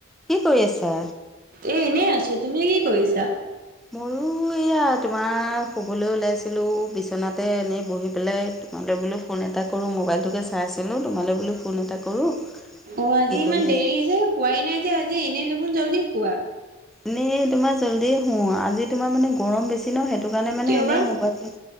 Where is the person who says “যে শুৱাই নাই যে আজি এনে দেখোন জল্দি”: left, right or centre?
Right